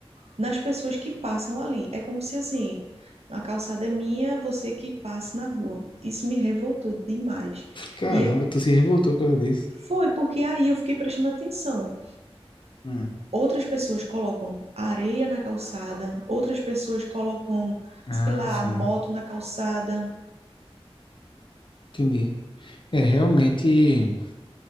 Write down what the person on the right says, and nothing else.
nas pessoas que passam ali. É como se assim, a calçada é minha, você que passe na rua. Isso me revoltou demais.
E é-
foi porque aí eu fiquei prestando atenção.
Outras pessoas colocam areia na calçada, outras pessoas colocam,
sei lá,
moto na calçada.